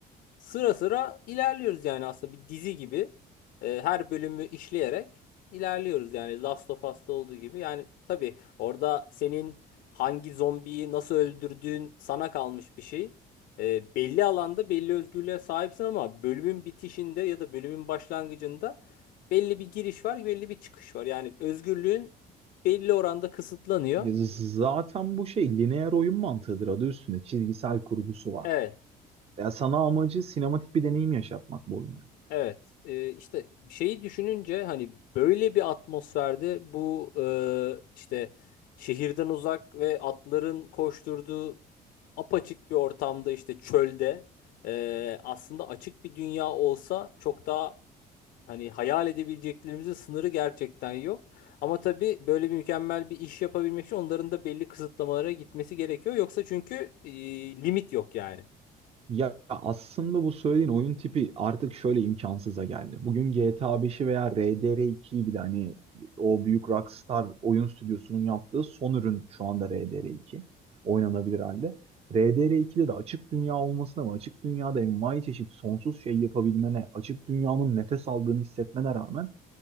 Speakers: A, on the left; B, on the right.
A: sıra sıra ilerliyoruz yani aslında bir dizi gibi. Ee, her bölümü işleyerek ilerliyoruz yani Last of Us'ta olduğu gibi. Yani tabii orada senin hangi zombiyi nasıl öldürdüğün sana kalmış bir şey. Ee, belli alanda belli özgürlüğe sahipsin ama bölümün bitişinde ya da bölümün başlangıcında belli bir giriş var, belli bir çıkış var. Yani özgürlüğün belli oranda kısıtlanıyor.
B: Ya zaten bu şey lineer oyun mantığıdır adı üstünde. Çizgisel kurgusu vardır.
A: Evet.
B: Ya sana amacı sinematik bir deneyim yaşatmak bu oyunda.
A: Evet, e, işte şeyi düşününce hani böyle bir atmosferde bu e, işte şehirden uzak ve atların koşturduğu apaçık bir ortamda işte çölde e, aslında açık bir dünya olsa çok daha hani hayal edebileceklerimizin sınırı gerçekten yok. Ama tabii böyle bir mükemmel bir iş yapabilmek için onların da belli kısıtlamalara gitmesi gerekiyor. Yoksa çünkü e, limit yok yani.
B: Ya aslında bu söylediğin oyun tipi artık şöyle imkansıza geldi. Bugün GTA 5'i veya RDR2'yi bile hani o büyük Rockstar oyun stüdyosunun yaptığı son ürün şu anda RDR2 oynanabilir halde. RDR2'de de açık dünya olmasına ve açık dünyada envai çeşit sonsuz şey yapabilmene, açık dünyanın nefes aldığını hissetmene rağmen